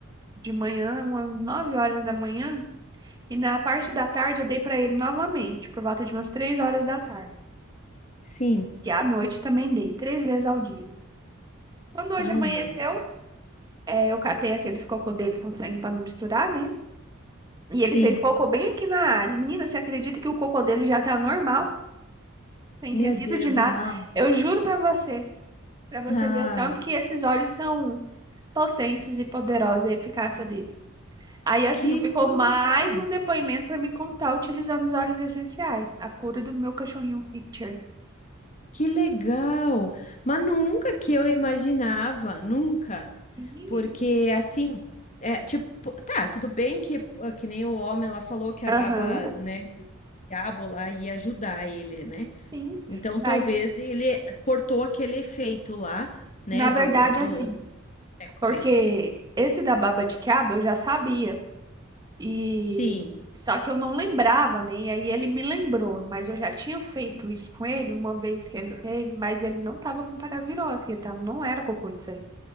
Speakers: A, on the right (about 20°); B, on the left (about 35°).
A: de manhã, umas 9 horas da manhã, e na parte da tarde eu dei pra ele novamente, por volta de umas 3 horas da tarde.
B: Sim.
A: E à noite também dei, três vezes ao dia. Quando hoje
B: Ah,
A: amanheceu, eh, eu catei aqueles cocô dele com sangue pra não misturar, né? E
B: sim.
A: ele fez cocô bem aqui na área. Menina, você acredita que o cocô dele já tá normal, sem
B: Meu
A: resíduo
B: Deus,
A: de nada?
B: não.
A: Eu juro pra você. Pra você
B: Ah,
A: ver o tanto que esses óleos são potentes e poderosos, a eficácia deles. Aí, assim,
B: que
A: ficou
B: coisa
A: mais
B: boa.
A: um depoimento pra me contar utilizando os óleos essenciais. A cura do meu cachorrinho Picture.
B: Que legal! Mas nunca que eu imaginava, nunca.
A: Sim, menina.
B: Porque assim, é tipo, tá, tudo bem que ah, que nem o homem lá falou que a baba,
A: Aham,
B: né, o diabo lá ia ajudar ele, né?
A: sim.
B: Então
A: Mas,
B: talvez ele cortou aquele efeito lá, né,
A: na
B: do
A: verdade,
B: do
A: assim,
B: é, começo.
A: porque esse da baba de quiabo eu já sabia. E
B: Sim.
A: só que eu não lembrava, né? E aí ele me lembrou, mas eu já tinha feito isso com ele uma vez que ele teve, mas ele não tava com paravirose, que ele tava, não era cocô de sangue.